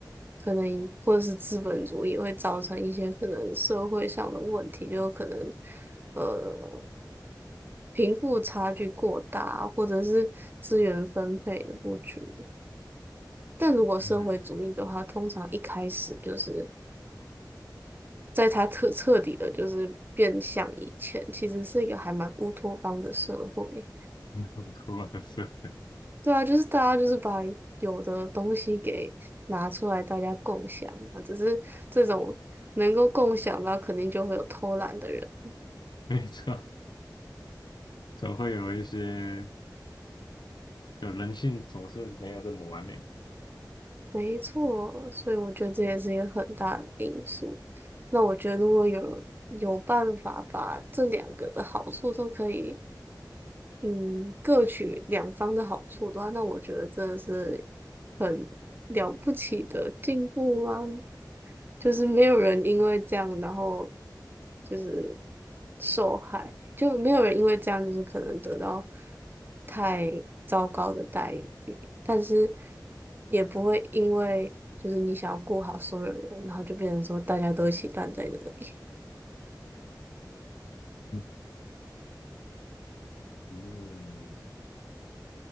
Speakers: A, on the right (about 30°); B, on the left (about 75°).
A: 可能或者是资本主义会造成一些可能社会上的问题，就可能呃贫富差距过大，或者是资源分配的不均。但如果社会主义的话，
B: 还是
A: 通常一开始就是。在它彻彻底的，就是变相以前，其实是一个还蛮乌托邦的社会。
B: 很可出恶说
A: 对啊，就是大家就是把有的东西给拿出来，大家共享啊。只是这种能够共享的，肯定就会有偷懒的人。
B: <laughs> 没错，总会有一些，就人性总是没有这么完美。
A: 没错，所以我觉得这也是一个很大的因素。那我觉得如果有有办法把这两个的好处都可以嗯，各取两方的好处的话，那我觉得真的是很了不起的进步啊！就是没有人因为这样，然后就是受害，就没有人因为这样就是可能得到太糟糕的待遇，但是也不会因为就是你想要顾好所有人，然后就变成说大家都一起烂在那里。
B: 嗯，嗯